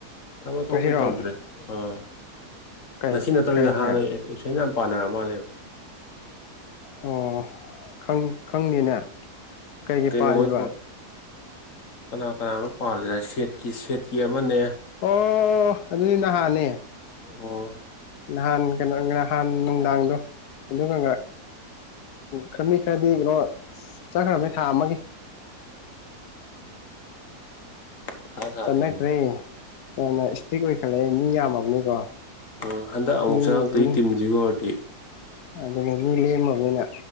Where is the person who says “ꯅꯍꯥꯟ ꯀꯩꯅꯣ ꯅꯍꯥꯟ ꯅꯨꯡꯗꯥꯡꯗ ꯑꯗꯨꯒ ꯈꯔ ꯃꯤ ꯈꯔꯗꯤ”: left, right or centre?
Left